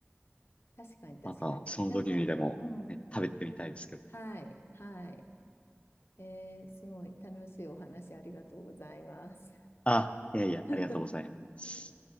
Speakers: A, on the left; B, on the left.
A: 確かに確かに。
B: またその時にでも、
A: なんか、うん。
B: ね、食べてみたいですけど。
A: はい、はい。えーすごい楽しいお話ありがとうございます。
B: あ、いやいや、
A: <laughs>
B: ありがとうございます。